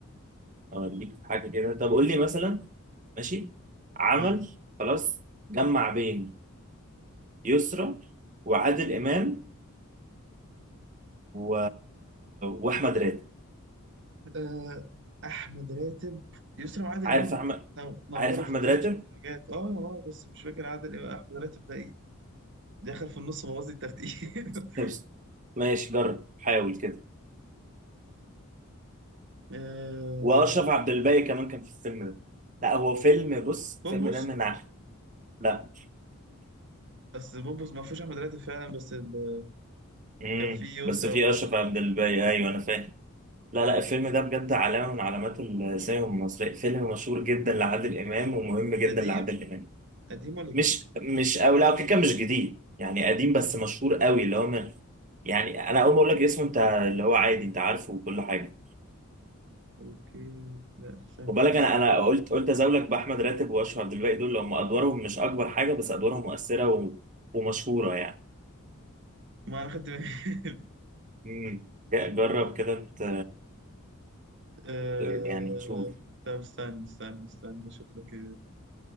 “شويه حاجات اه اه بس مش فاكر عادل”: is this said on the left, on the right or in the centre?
Right